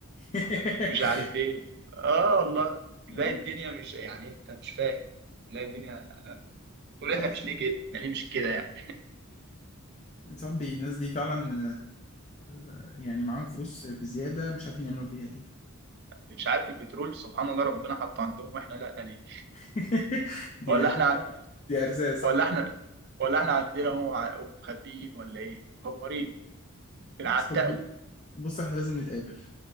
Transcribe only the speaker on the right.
مش عارف ايه اه والله تلاقي
الدنيا مش يعني انت مش فاهم تلاقي الدنيا تقول
احنا
مش
ليه كده احنا ليه مش كده يعني
مش عارف البترول سبحان الله ربنا حطه عندهم واحنا لا ليه
ولا
احنا
ولا احنا ولا احنا عندنا هم مخبيين ولا ايه مكمرين بنعتقوا